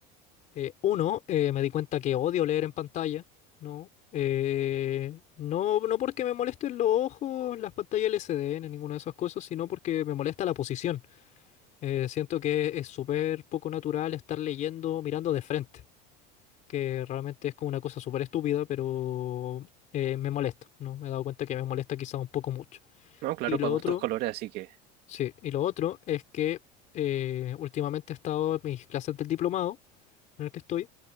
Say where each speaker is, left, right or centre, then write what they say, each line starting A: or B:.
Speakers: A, on the left; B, on the right.
A: Eh, uno, eh, me di cuenta que odio leer en pantalla, ¿no? Eh, no, no porque me molesten los ojos, las pantallas LCD, ni ninguna de esas cosas, sino porque me molesta la posición. Eh, siento que es súper poco natural estar leyendo mirando de frente, que realmente es como una cosa súper estúpida, pero eh, me molesta, ¿no? Me he dado cuenta que me molesta quizá un poco mucho.
B: ¿no? Claro,
A: Y lo
B: para
A: otro,
B: gustos colores, así que
A: sí, y lo otro es que eh, últimamente he estado en mis clases del diplomado en el que estoy,